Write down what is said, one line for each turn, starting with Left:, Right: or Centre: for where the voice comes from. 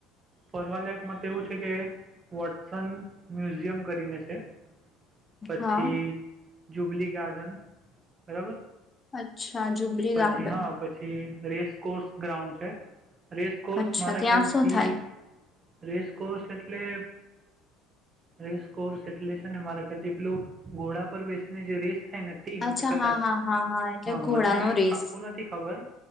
Right: ફરવાલાયકમા તો એવું છે કે વોટસન મ્યુઝિયમ કરીને છે. પછી
Left: હા
Right: જુબલી ગાર્ડન બરાબર
Left: અચ્છા જુબરી
Right: પછી
Left: ગાર્ડન
Right: હા, પછી રેસ કોર્સ ગ્રાઉન્ડ છે. રેસ કોર્સ
Left: અચ્છા
Right: મારા
Left: ત્યાં
Right: ખ્યાલથી
Left: શું થાય
Right: રેસ કોર્સ એટલે રેસ કોર્સ એટલે છે ને મારા ખ્યાલ થી પેલું ઘોડા પર બેસીને જે રેસ થાય ને તે હશે
Left: અચ્છા
Right: કદાચ
Left: હા હા હા એટલે
Right: હા
Left: ઘોડાનો
Right: મને
Left: રેસ
Right: પાકું નથી ખબર